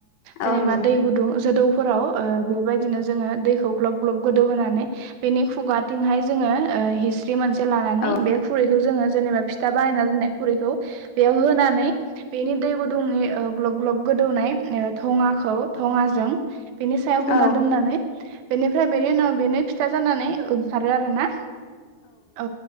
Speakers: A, on the left; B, on the right.
A: औ औ
B: जेनेबा
A: औ नंगौ
B: दै गुदुं जदौ फोराव ओ बेबायदिनो जोङो दैखौ ग्लब ग्लब गोदौ होनानै बेनि खुगाथिंहाय जोङो ओ हिस्रि मोनसे लानानै
A: औ
B: बे खुरैखौ जोङो जेनेबा फिथा बानायना दोननाय खुरैखौ बेयाव होनानै बेनि दै गुदुंनि ओ ग्लब ग्लब गो गोदौनाय ओ थङाखौ थङाजों बेनि सायाव
A: औ
B: होना दोननानै बेनिफ्राय बेनि उनाव बेनि फिथा जानानै ओंखारो आरो ना? औ